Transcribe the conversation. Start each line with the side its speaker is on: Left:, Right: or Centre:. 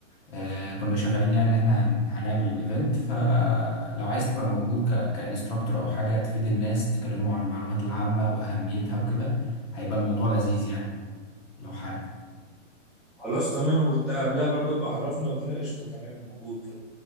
Left: آه، كنا شغالين يعني ان احنا هن- هنعمل ايفنت فلو عايز تبقى موجود ك كانستراكتور او حاجه تفيد الناس تكلموا عن المعلومات العامه واهميتها وكده هيبقى الموضوع لذيذ يعني لو حابب
Centre: خلاص تمام وقلت قبلها برضو ابقى عرفني وكده قشطة تمام موجود برضو.